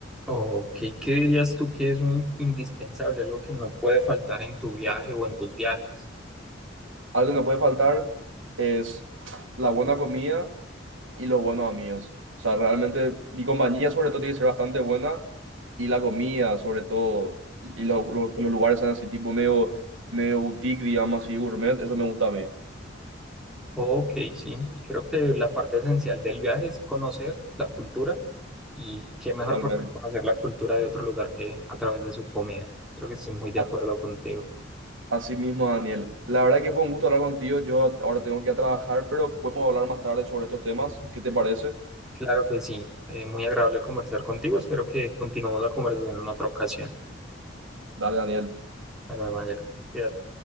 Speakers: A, in the centre; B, on the right.
A: Ok, ¿qué dirías tú que es un in- indispensable, algo que no puede faltar en tu viaje o en tus viajes?
B: Algo que no puede faltar es la buena comida y los buenos amigos. O sea, realmente mi compañía sobre todo tiene que ser bastante buena y la comida sobre todo y los, los, los lugares sean así tipo medio, medio boutique, digamos así, gourmet, eso me gusta a mí,
A: Ok, sí, creo que la parte esencial del viaje es conocer la cultura y qué mejor
B: totalmente.
A: forma de conocer la cultura de otro lugar que a través de su comida. Creo que estoy muy de
B: A-
A: acuerdo contigo.
B: Así mismo, Daniel. La verdad que fue un gusto hablar contigo. Yo ahora tengo que ir a trabajar, pero podemos hablar más tarde sobre estos temas. ¿Qué te parece?
A: Claro que sí. Eh, muy agradable conversar contigo. Espero que continuemos la conversación en otra ocasión.
B: Dale, Daniel.
A: Hasta luego, Ángelo. Cuídate.